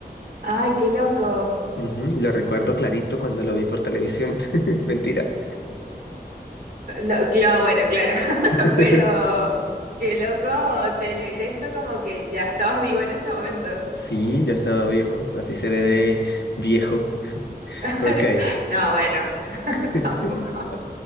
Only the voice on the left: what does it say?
Ujú, Lo recuerdo clarito cuando lo vi por televisión. <laughs> Mentira.
<laughs>
Sí, ya estaba vivo, así seré de viejo.
Ok.
<laughs> <laughs>